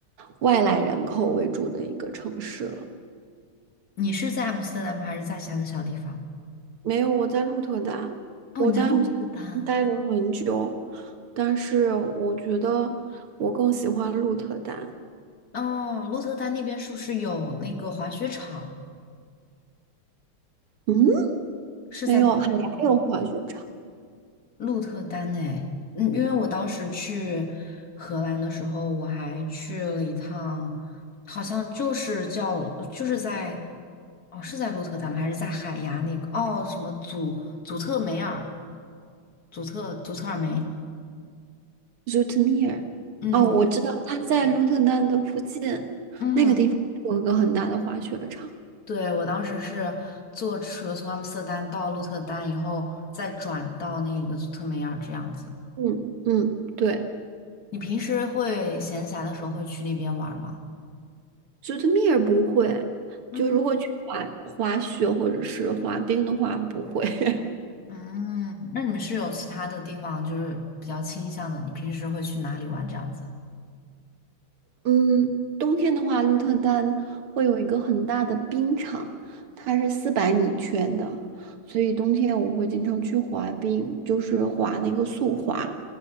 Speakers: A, on the right; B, on the left.
A: 外来人口为主的一个城市了。
B: 你是在阿姆斯特丹吗？还是在其他的小地方？
A: 没有，我在鹿特丹，
B: 哦，
A: 我在阿姆斯特丹待了很久，
B: 你在鹿特丹。
A: 但是我觉得我更喜欢鹿特丹。
B: 哦，鹿特丹那边是不是有那个滑雪场？
A: 嗯，
B: 是在那边吗？
A: 没有，还牙有滑雪场
B: 鹿特丹诶，嗯，因为我当时去荷兰的时候，我还去了一趟，好像就是叫就是在哦是在鹿特丹吗？还是在海牙那个哦什么祖祖特梅尔祖特祖特尔梅？
A: ，Zoetermeer。
B: 嗯
A: 哦，我知道，它在鹿特丹的附近，
B: 嗯，
A: 那个地方有一个很大的滑雪场。
B: 对，我当时是坐车从阿姆斯特丹到鹿特丹以后，再转到那个祖特梅尔这样子。
A: 嗯嗯，对。
B: 你平时会闲暇的时候会去那边玩吗？
A: 九特米儿不会，
B: 嗯。
A: 就如果去滑滑雪或者是滑冰的话，不会。<laughs>
B: 嗯，那你们是有其他的地方就是比较倾向的？你平时会去哪里玩这样子？
A: 嗯，冬天的话，鹿特丹会有一个很大的冰场，它是四百米圈的，所以冬天我会经常去滑冰，就是滑那个速滑。